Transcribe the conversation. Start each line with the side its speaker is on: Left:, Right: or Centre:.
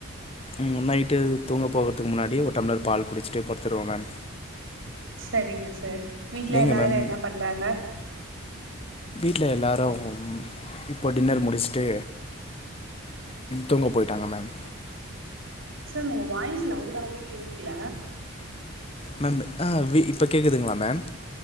Left: ம் னைட்டு தூங்க போகறதுக்கு முன்னாடி ஒரு டம்ளர் பால் குடிச்சுட்டு படுத்துருவ மேம்
Right: செரிங்க சார் வீட்ல
Left: நீங்கள்
Right: எல்லாரும்
Left: மேம்
Right: என்ன பண்றாங்க
Left: வீட்ல எல்லாரும் இப்போ டின்னர் முடிச்சுட்டு தூங்க போயிட்டாங்க மேம்
Right: சார் உங்க வாய்ஸ் லவுடாவே கேக்கல
Left: மேம் அ வீ இப்ப கேக்குதுங்களா மேம்